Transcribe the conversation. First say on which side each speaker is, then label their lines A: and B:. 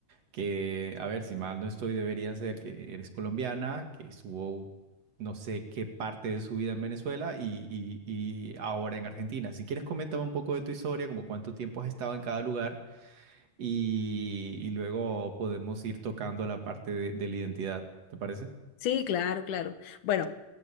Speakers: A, on the right; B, on the left.
A: que, a ver, si mal no estoy, debería ser que eres colombiana, que estuvo no sé qué parte de su vida en Venezuela y, y, y ahora en Argentina. Si quieres, coméntame un poco de tu historia, como cuánto tiempo has estado en cada lugar y, y luego podemos ir tocando la parte de, de la identidad, ¿te parece?
B: Sí, claro, claro. Bueno,